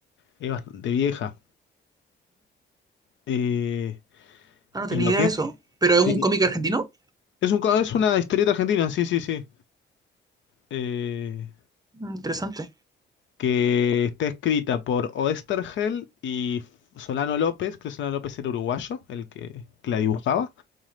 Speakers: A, on the left (about 70°); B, on the right (about 20°).
A: Es bastante vieja. Eh,
B: Ah, no tenía
A: ¿Y lo
B: idea
A: que?
B: de eso. ¿Pero
A: Sí.
B: es un cómic argentino?
A: Es un, co- es una historieta argentina, sí, sí, sí. Eh,
B: Mm, Interesante.
A: que está escrita por Oesterhel y F- Solano López. Creo que Solano López era uruguayo, el que, que la dibujaba.